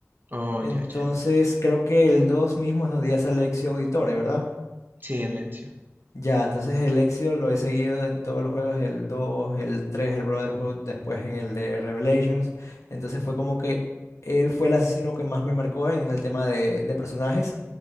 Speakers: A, on the right; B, on the left.
A: Oh,
B: Entonces
A: ya, ya.
B: creo que el 2 mismo es donde ya sale Ezio Auditore, ¿verdad?
A: Silencio,
B: Ya, entonces el Exio lo he seguido en todos los juegos, el 2, el 3, el Brotherhood, después en el de Revelations. Entonces fue como que él fue el asesino que más me marcó en el tema de, de personajes.